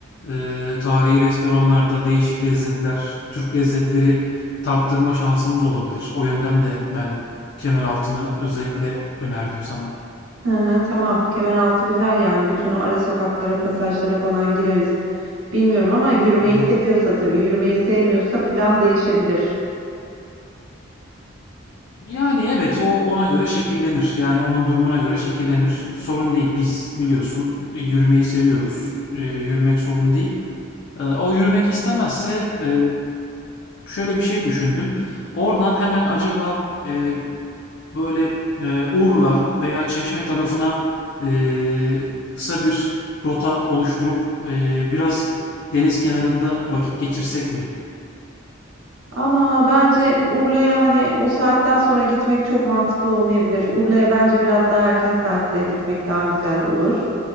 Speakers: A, on the left; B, on the right.
A: eee tarihi restoranlarda değişik lezzetler, Türk lezzetleri tattırma şansımız olabilir. O yönden de ben Kemeraltı'nı özellikle önerdim sana.
B: Hı hı, tamam. Kemeraltı güzel yani. Bütün o ara sokaklara, pasajlara falan gireriz. Bilmiyorum ama yürümeyi
A: Hı hı.
B: seviyorsa tabii. Yürümeyi sevmiyorsa plan değişebilir.
A: Yani evet o ona göre şekillenir. Yani onun durumuna göre şekillenir. Sorun değil. Biz biliyorsun e, yürümeyi seviyoruz. E, yürümek sorun değil. E, o yürümek istemezse e, şöyle bir şey düşündüm. Oradan hemen acaba e, böyle e, Urla veya Çeşme tarafına e, kısa bir rota oluşturup e, biraz deniz kenarında vakit geçirsek mi?
B: Ama bence Urla'ya hani o saatten sonra gitmek çok mantıklı olmayabilir. Urla'ya bence biraz daha erken saatte gitmek daha güzel olur.